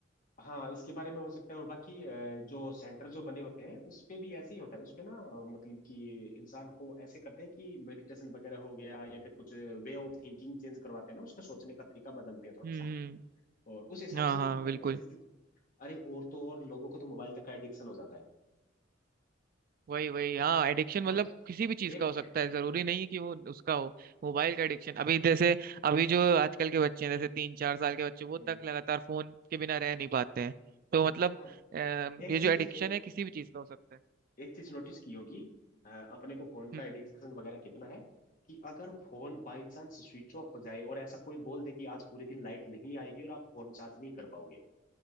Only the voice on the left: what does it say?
हाँ इसके बारे में हो सकता है और बाकी अ, जो सेंटर जो बने होते हैं उसपे भी ऐसे ही होता है उसपे ना अ, मतलब कि इंसान को ऐसे करते हैं कि मेडिटेशन वगैरह हो गया या फिर कुछ वे ऑफ थिंकिंग चेंज करवाते हैं ना उसका सोचने का तरीका बदलते हैं थोड़ा
सा
और उस हिसाब
से
ही काम करते
हैं जैसे अरे और तो और लोगों को तो मोबाइल तक का एडिक्शन हो जाता है
है
ना
एक
हम्म,
हाँ
एक
चीज
एक चीज नोटिस की होगी अ, अपने को फोन
का एडिक्शन वगैरह कितना है कि अगर phone by chance switch off हो जाए और ऐसा कोई बोल दे कि आज पूरे दिन लाइट नहीं आएगी और आप फोन चार्ज नहीं कर पाओगे